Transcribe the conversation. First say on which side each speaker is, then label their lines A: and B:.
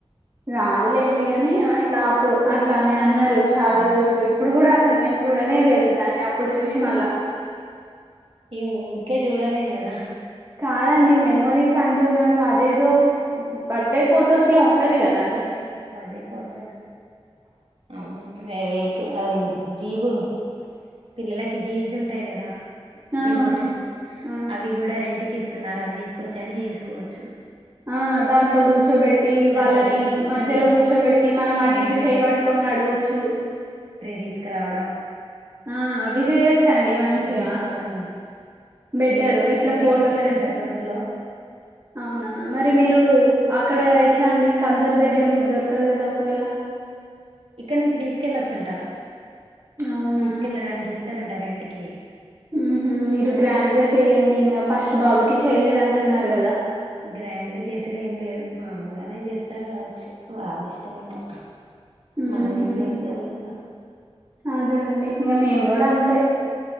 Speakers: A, on the right (about 25°); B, on the right (about 60°).
A: రాదులేండి గాని అట్లా అప్పుడు అట్లా అని అన్నరు చాలా
B: అవును
A: రోజులు ఇప్పుడు కూడా సలు మేము చూడనే లేదు దాన్ని అప్పుడు చూసి మళ్ళా
B: ఇగ ఊకే చూడలేం గదా
A: కాదండి మెమోరీస్ అంటున్నారు అదేదో బర్త్డే ఫొటోస్ లో ఉంటది గదా
B: బర్డే ఫోటో అవును ఏవే కె అది జీబు పిల్లలకి జీబ్స్ ఉంటాయి గదా
A: ఆ
B: రిమోటియ్
A: ఆ
B: అవి గూడా రెంటికి ఇస్తున్నారు అవి తీసుకొచ్చాయినా చేసుకోవచ్చు
A: ఆ దాంట్లో కూర్చోపెట్టి ట్టి
B: దాంట్లో
A: వాళ్ళని
B: తీసుకొచ్చి
A: మధ్యలో కూర్చోబెట్టి మనం అటు
B: ఎంట్రీ
A: ఇటు చేబట్టుకొని నడవొచ్చు
B: తీస్కరావడం
A: ఆ అవి చేయచండి మంచిగా
B: చేసుకోవడం
A: బెటరు
B: వే ఇక్కడ
A: ఇట్లా
B: రెంటికి
A: ఫోటోషూటు
B: ఇస్తారంట తొర్రూరులో
A: అవునా మరి మీరు అక్కడ ఎట్ల్ ట్లా అండి కందూరు దగ్గర మీకు దొరకదు గదా ఒకవేళ
B: ఇక్కడ నుంచి తీసుకెళ్ళొచ్చంట
A: అవునా
B: తీసుకెళ్ళడానికి ఇస్తారంట రెంటికి
A: ఊహ్మ్ మీరు గ్రాండ్ గా చెయ్యండి ఇంగ ఫస్ట్ బాబుకి చేయలేదంటున్నారు గదా
B: గ్రాండ్గా చేసేది ఏం లేదు మామూలుగానే జేస్తారు కావచ్చు వాళ్ళ ఇష్టం ఇంకా
A: ఊహు
B: మనదేం లేదు గదా ఇప్పుడు
A: అదే అండి ఇంగ మేం కూడా అంతే